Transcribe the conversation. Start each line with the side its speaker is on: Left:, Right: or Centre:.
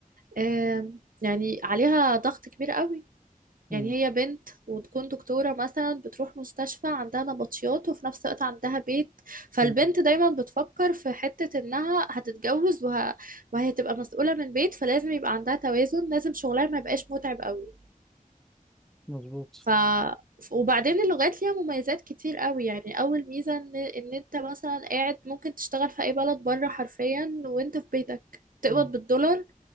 Right: آم، يعني عليها ضغط كبير قوي
Centre: مم.
Right: يعني هي بنت وتكون دكتورة مثلا بتروح مستشفى عندها نبطيات وفي نفس الوقت عندها بيت فالبنت
Centre: مم.
Right: دايما بتفكر في حتة انها هتتجوز وه... وهي تبقى مسؤولة من بيت فلازم يبقى عندها توازن لازم شغلها ما يبقاش متعب قوي
Centre: مظبوط
Right: ف وبعدين اللغات ليها مميزات كتير قوي يعني اول ميزة ان ان انت مثلا قاعد ممكن تشتغل في اي بلد بره حرفيا وانت في بيتك تقبض
Centre: مم.
Right: بالدولار